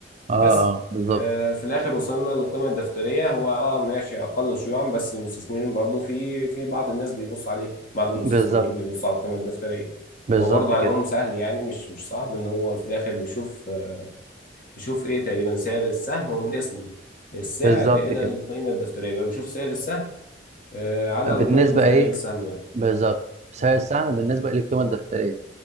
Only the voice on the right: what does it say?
اه اه
بالظبط
بالظبط
بالظبط
كده
بالظبط
كده
بالنسبه
ايه
بالظبط سعر
السهم بالنسبه للقيمه الدفتريه